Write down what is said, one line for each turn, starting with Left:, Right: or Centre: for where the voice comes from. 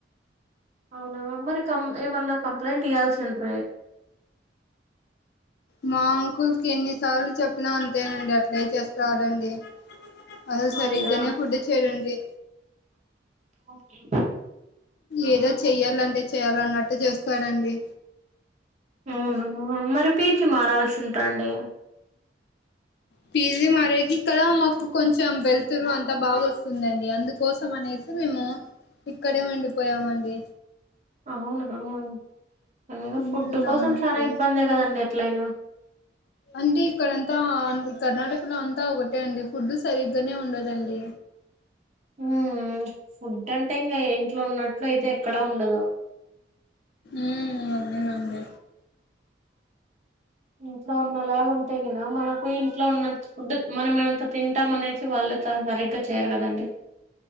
Right: అవునా మరి కం ఏమన్నా కంప్లైంట్ ఇయ్యాల్సింట్రి
Left: మా అంకుల్కి ఎన్నిసార్లు చెప్పినా అంతేనండి. అట్లే చేస్తడండి. అసలు సరిగ్గానే
Right: అయ్యా
Left: ఫుడ్ చేయరండి.
Right: ఓకె
Left: ఏదో చెయ్యాలంటే చెయ్యాలన్నట్టు చేస్తాడండి.
Right: అవునా మరి పీజీ మారాల్సింట్రాండి.
Left: పీజీ మరేకి ఇక్కడ మాకు కొంచెం వెళ్తురు. అంతా బాగా వస్తుందండి. అందుకోసం అనేసి మేము ఇక్కడే ఉండిపోయామండి.
Right: అవునా కదా, ఇంగ
Left: ఉమ్
Right: ఫుడ్ కోసం
Left: అవునండి
Right: చాలా ఇబ్బందే కదండి. ఎట్లయినా,
Left: అంటే ఇక్కడంతా కర్ణాటక లో అంతా ఒకటే అండి ఫుడ్ సరిగ్గనే ఉండదండి.
Right: ఉమ్ ఫుడ్ అంటే ఇంకా ఇంట్లో ఉన్నట్లు అయితే ఎక్కడా ఉండదు.
Left: అదే అదేనండి.
Right: ఇంట్లో ఉన్నలాగా ఉంటే గిన మనకు ఇంట్లో ఉన్నంత ఫుడ్ మనమంత తింటాం. అనేసి వాళ్ళ సరిగ్గా చేయరు కదండి.